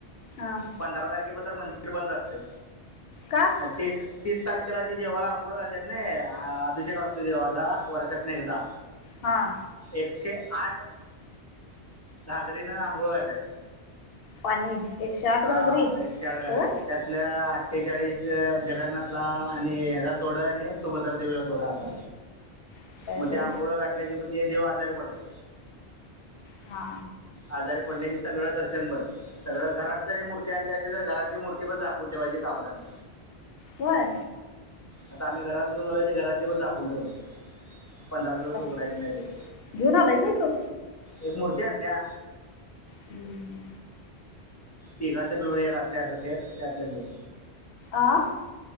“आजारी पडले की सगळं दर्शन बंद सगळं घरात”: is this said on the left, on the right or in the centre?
Left